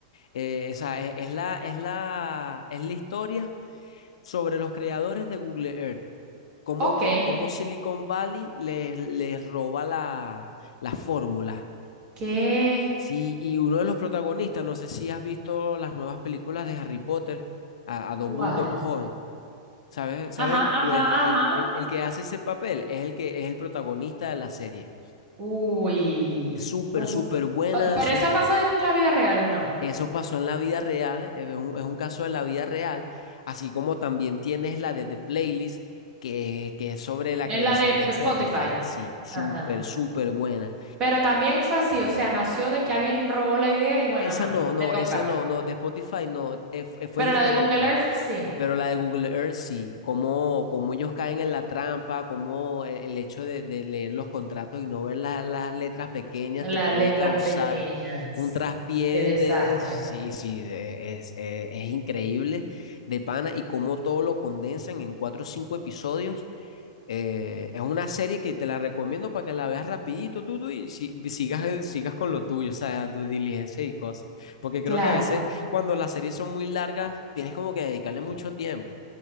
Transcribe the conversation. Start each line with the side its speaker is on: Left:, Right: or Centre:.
Left: Eh, esa es, es la, es la, es la historia sobre los creadores de Google Earth. Cómo,
Right: Ok.
Left: co- cómo Silicon Valley les, les roba la, la fórmula.
Right: ¿Qué?
Left: Sí, y uno de los protagonistas, no sé si has visto las nuevas películas de Harry Potter, a, a Dumbledore
Right: ¿Cuál?
Left: joven. ¿Sabes? ¿Sabes?
Right: Ajá,
Left: el que- Bueno,
Right: ajá,
Left: el,
Right: ajá.
Left: el- el que hace ese papel es el que es el protagonista de la serie.
Right: Uy.
Left: Es súper,
Right: Ups.
Left: súper buena.
Right: Ah, Pero
Left: Son
Right: eso pasa en la vida real, ¿o no?
Left: Eso pasó en la vida real, eh, es un, es un caso de la vida real, así como también tienes la de The Playlist, que, que es sobre la
Right: En
Left: creación
Right: la de
Left: de Spotify.
Right: Spotify.
Left: Sí, súper,
Right: Ajá.
Left: súper buena.
Right: Pero también fue así, o sea, nació de que alguien robó la idea y bueno,
Left: Esa
Right: ajá,
Left: no, no,
Right: te toca.
Left: esa no, no, de Spotify no, eh, fue fue
Right: Pero
Left: diferente.
Right: la de Google Earth, sí.
Left: Pero la de Google Earth sí, cómo, cómo ellos caen en la trampa, cómo el, el hecho de, de leer los contratos y no ver la- las letras pequeñas
Right: Las
Left: te puede
Right: letras
Left: causar
Right: pequeñas.
Left: un traspié
Right: Qué desastre.
Left: de... Sí, sí, de- es, eh, es increíble de pana y cómo todo lo condensan en cuatro o cinco episodios eh, es una serie que te la recomiendo para que la veas rapidito tú, tú, y si- sigas, eh, sigas con lo tuyo, o sea, tu diligencia y cosas. Porque creo
Right: Claro.
Left: que a veces cuando las series son muy largas, tienes como que dedicarle mucho tiempo.